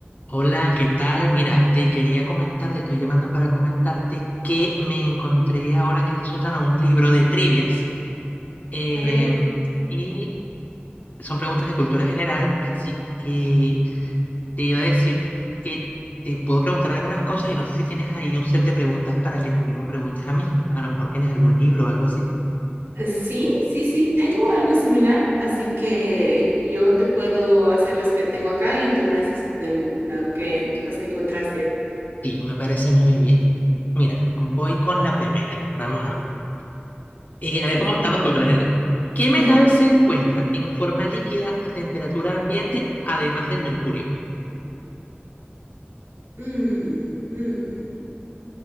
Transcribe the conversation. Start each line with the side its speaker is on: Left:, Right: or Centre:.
Left: Hola, ¿qué tal? Mira, te quería comentar, te estoy llamando para comentarte que me encontré ahora en el sótano un libro de trivias em,
Right: Ok.
Left: y son preguntas de cultura general, así que te iba a decir que te puedo preguntar algunas cosas y no sé si tienes ahí un set de preguntas para que también me preguntes a mí. A lo mejor tienes algún libro o algo así.
Right: Eh, Sí, sí, sí, tengo algo similar, así que yo te puedo hacer los que tengo acá y tú me haces del- la que, las que encontraste.
Left: Sí, me parece muy bien. Mira, voy con la primera. Vamos a ver. Eh,
Right: Ok.
Left: a ver cómo estamos de cultura general. ¿Qué metal
Right: Ah,
Left: se encuentra en forma líquida a temperatura ambiente además del mercurio?
Right: mm, mm.